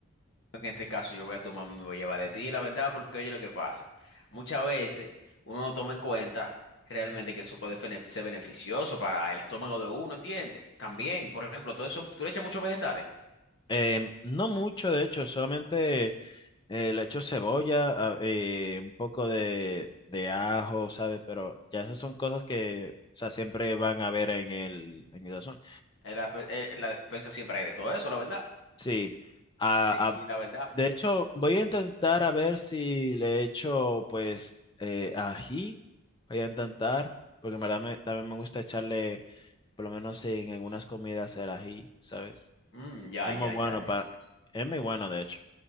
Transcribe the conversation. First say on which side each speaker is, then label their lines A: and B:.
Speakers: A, on the left (about 55°); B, on the left (about 20°).
A: En este caso yo voy a tomar mi llevar de ti, la verdad, porque oye lo que pasa. Muchas veces uno no toma en cuenta realmente que eso puede fene- ser beneficioso para el estómago de uno, ¿entiendes? También, por ejemplo, todo eso, tú le echas muchos vegetales.
B: Em, no mucho, de hecho, solamente eh, le echo cebolla, a- eh, un poco de, de ajo, sabe Pero ya esas son cosas que, o sea, siempre van a ver en el, en el sazón.
A: En la, pe- en la despensa siempre hay de todo eso, la verdad.
B: Sí. A,
A: Sí, la verdad.
B: De hecho, voy a intentar a ver si le echo, pues, eh, ají. Voy a intentar, porque en verdad me- también me gusta echarle, por lo menos en algunas comidas, el ají, ¿sabes?
A: Mm, ya,
B: Es
A: ya,
B: muy bueno
A: ya, ya.
B: para... Es muy bueno, de hecho.